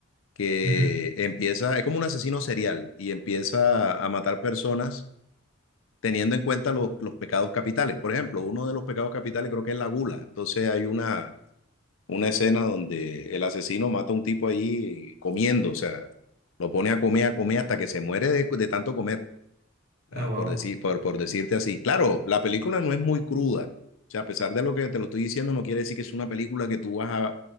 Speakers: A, on the left (about 70°); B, on the right (about 45°).
A: que
B: Ujú.
A: empieza, es como un asesino serial y empieza a matar personas teniendo en cuenta los, los pecados capitales. Por ejemplo, uno de los pecados capitales creo que es la gula. Entonces hay una, una escena donde el asesino mata a un tipo ahí comiendo, o sea, lo pone a comer, a comer hasta que se muere de, de tanto comer
B: Ah,
A: uh,
B: wow.
A: por decir, por, por decirte así. Claro, la película no es muy cruda. O sea, a pesar de lo que te lo estoy diciendo, no quiere decir que es una película que tú vas a,